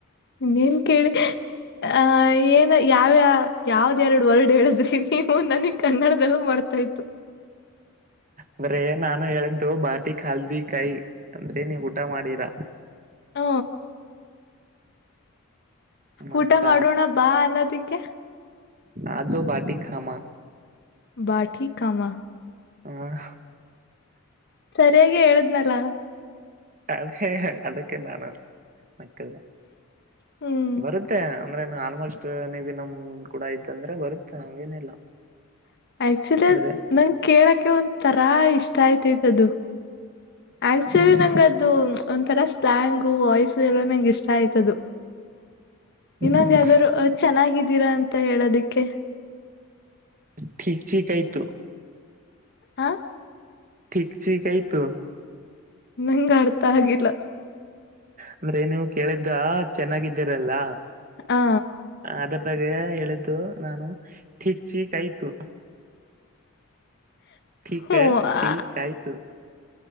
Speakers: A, on the left; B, on the right.
A: ನೀನ್ ಕೇಳಿ ಆ ಏನ್ ಯಾವ ಯಾವ್ದ ಎರಡು ವರ್ಡ್ ಹೇಳಿದ್ರಿ ನೀವು ನನಗ್ ಕನ್ನಡದಲ್ಲೂ ಮರ್ತ ಹೋಯ್ತು
B: ಅಂದ್ರೆ ನಾನು ಹೇಳಿದ್ದು ಬಾಟಿ ಹಲ್ದಿ ಕಾಯಿ ಅಂದ್ರೆ ನೀವು ಊಟ ಮಾಡಿರ.
A: ಹ.
B: ಮತ್ತ
A: ಊಟ ಮಾಡೋಣ ಬಾ ಅನ್ನೋದಿಕ್ಕೆ
B: ಆಜು ಬಾಟಿ ಕಾಮ.
A: ಬಾಟಿ ಕಾಮ.
B: ಹ.
A: ಸರಿಯಾಗಿ ಹೇಳದ್ನಲ.
B: ಅದೇ ಅದಕ್ಕೆೆ ನಾನ ನಕ್ಕಿದೇ
A: ಹ್ಮ್.
B: ಬರುತ್ತೆ ಅಂದ್ರೆ ಆಲ್ಮೋಸ್ಟ್ ನೀವು ನಮ ಕೂಡ ಇದ್ದಂದ್ರೆ ಬರುತ್ತೆ ಹಂಗೇನಿಲ್ಲ.
A: <inaudible> ಆಕ್ಚುಲಿ
B: ಅಂದ್ರೆ
A: ಅದ ನಂಗ್ ಕೇಳಕ್ಕೆ ಒಂದ್ ತರಾ ಇಷ್ಟ ಆಯತೈತ್ ಅದು. ಆಕ್ಚುಲಿ
B: ಹ್ಮ್
A: ನಂಗ ಅದು ಒಂಥರ ಸ್ಲಾಂಗ್ ವಾಯ್ಸ್ ಎಲ್ಲ ನಂಗೆ ಇಷ್ಟ ಆಯ್ತದುು ಇನ್ನೊಂದು
B: ಹ್ಮ್
A: ಯಾವ್ದಾರು ಚೆನ್ನಾಗಿದ್ದೀರಾ ಅಂತ ಹೇಳೋದಿಕ್ಕೆ
B: ಟಿಕ್ ಚಿ ಕಾಯ್ ತು
A: ಹಾ.
B: ಠೀ ಚಿ ಕೈ ತು
A: ನಂಗ ಅರ್ಥ ಆಗಿಲ್ಲ.
B: ಅಂದ್ರೆ ನೀವು ಕೇಳಿದ್ದ ಚೆನ್ನಾಗಿದ್ದೀರಲ್ಲ
A: ಆ
B: ಅದರ್ದಾಗ ಹೇಳಿದ್ದು ನಾನು ಠೀಕ್ ಚಿ ಕಯ್ತು. ಟಿಕ
A: ಹ್ಞೂ
B: ಚಿ
A: ಆ
B: ಕಾಯತು